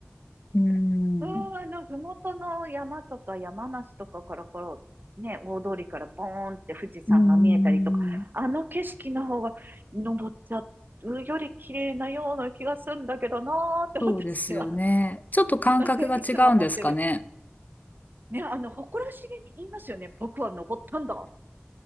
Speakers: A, on the left (about 40°); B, on the right (about 50°).
A: うーん。
B: <laughs> うん、あの、ふもとの山とか山梨とかからこう、ね、大通りからボーンって富士山が見えたりとか、
A: うーん。
B: あの景色の方が登っちゃうより綺麗なような気がするんだけどなーって私は
A: そうですよね。ちょっと感覚が違うんですかね。
B: <laughs> いつも持ってる。ね、あの、誇らしげに言いますよね。僕は登ったんだ。